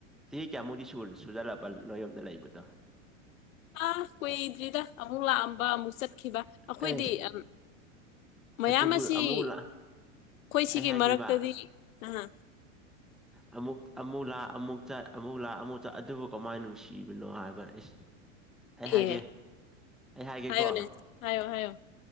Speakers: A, in the centre; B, on the left.
A: ꯏꯦ ꯀꯌꯥꯃꯨꯛꯗꯤ ꯁꯨꯔ ꯁꯨꯖꯜꯂꯛꯄ ꯅꯣꯏꯔꯣꯝꯗ ꯂꯩꯕꯗꯣ꯫
B: ꯑꯥ ꯀꯨꯏꯗ꯭ꯔꯤꯗ ꯑꯃꯨꯛ ꯂꯥꯛꯑꯝꯕ ꯑꯃꯨꯛ ꯆꯠꯈꯤꯕ ꯑꯩꯈꯣꯏꯗꯤ
A: ꯑꯦ
B: ꯌꯥꯝ ꯃꯌꯥꯝ
A: ꯑꯗꯨꯕꯨ
B: ꯑꯁꯤ
A: ꯑꯃꯨꯛ
B: ꯑꯩꯈꯣꯏ
A: ꯂꯥ
B: ꯁꯤꯒꯤ
A: ꯑꯩ ꯍꯥꯏꯒꯦꯕ
B: ꯃꯔꯛꯇꯗꯤ ꯀꯅꯥ
A: ꯑꯃꯨꯛ ꯑꯃꯨꯛ ꯂꯥꯛ ꯑꯃꯨꯛ ꯆ ꯑꯃꯨꯛ ꯂꯥꯛ ꯑꯃꯨꯛ ꯆ ꯑꯗꯨꯕꯨ ꯀꯃꯥꯏꯅ ꯅꯨꯡꯁꯤꯕꯅꯣ ꯍꯥꯏꯕ ꯑꯩ
B: ꯑꯦ
A: ꯍꯥꯏꯒꯦ ꯑꯩ ꯍꯥꯏꯒꯦꯀꯣ
B: ꯍꯥꯏꯌꯣꯅꯦ ꯍꯥꯏꯌꯣ ꯍꯥꯏꯌꯣ